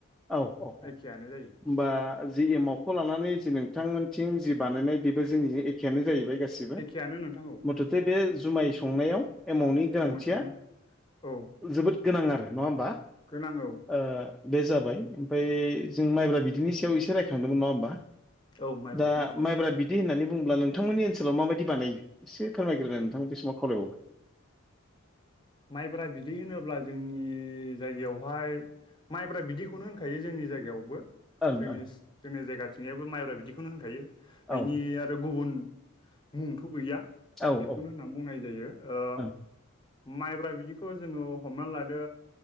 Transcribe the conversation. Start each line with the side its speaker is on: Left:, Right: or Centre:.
Centre: औ औ औ
Left: एखेयानो जायो
Centre: ओमबा जि एमावखौ लानानै जि नोंथांमोनथिं जि बानायनाय बेबो जोंनि एखेयानो जाहैबाय गासिबो
Left: एखेयानो नोंथां औ
Centre: मुथथे बे जुमाय संनायाव एमावनि गोनांथिया
Left: जुमाय संनाया औ
Centre: जोबोद गोनां आरो नङा ओमबा?
Left: गोनां औ।
Centre: ओ बे जाबाय ओमफ्राय जों माइब्रा बिदैनि सायाव एसे रायखांदोंमोन नङा ओमबा
Left: औ माइब्रा
Centre: दा
Left: बिनि सायाव
Centre: माइब्रा बि दि होननानै बुङोब्ला नोंथांमोननि ओनसोलाव माबायदि बानायो एसे फोरमायग्रोनाय नोंथां बे समाव खावलायबावबाय
Left: माइब्रा बिदै होनोब्ला जोंनि जायगायावहाय माइफ्रा बिदिखौनो होनखायो जोंनि जायगायावबो।
Centre: खावलायबावबाय
Left: जोंनि जोंनि जायगाथिंजायो माइब्रा बिदिखौनो होनखायो
Centre: ओं
Left: बिनि आरो गुबुन मुंथ' गैया
Centre: ओं
Left: बेखौनो होनना बुंनाय जायो ओ
Centre: औ
Left: माइब्रा बिदिखौ जोङो हमनानै लादो